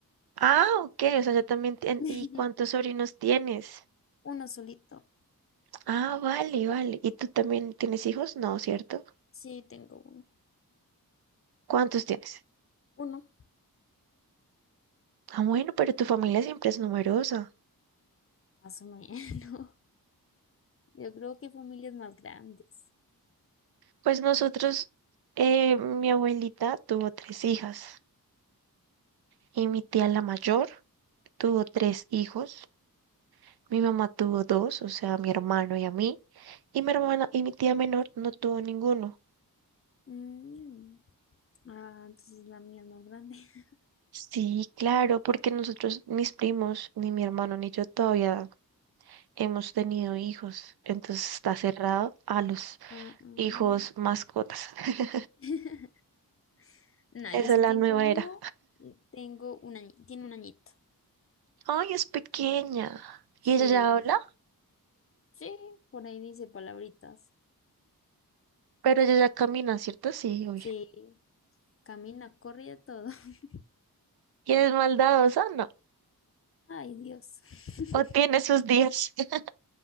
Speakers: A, on the right; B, on the left.
A: Ah, ok, o sea, ya también tien-
B: <laughs>
A: ¿Y cuántos sobrinos tienes?
B: Uno solito.
A: Ah, vale, vale. ¿Y tú también tienes hijos? No, ¿cierto?
B: Sí, tengo uno.
A: ¿Cuántos tienes?
B: Uno,
A: Ah, bueno, pero tu familia siempre es numerosa.
B: más o menos. Yo creo que familias más grandes.
A: Pues nosotros, eh, mi abuelita tuvo tres hijas y mi tía la mayor tuvo tres hijos. Mi mamá tuvo dos, o sea, mi hermano y a mí, y mi hermana y mi tía menor no tuvo ninguno.
B: Mm, Ah, entonces la mía es más grande. <laughs>
A: Sí, claro, porque nosotros, mis primos, ni mi hermano ni yo todavía hemos tenido hijos, entonces está cerrado a los
B: Ah, mm.
A: hijos mascotas. <laughs>
B: <laughs> No,
A: Esa
B: yo sí
A: es la
B: tengo
A: nueva
B: uno.
A: era.
B: y Tengo un año, tiene un añito.
A: Ay, es pequeña. Y
B: Sí,
A: ella ya habla,
B: sí, por ahí dice palabritas.
A: pero ella ya camina, ¿cierto? Sí, obvio.
B: Sí, camina, corre y de todo. <laughs>
A: ¿Y es maldadosa? No.
B: Ay, Dios. <laughs>
A: O tiene sus días. <laughs>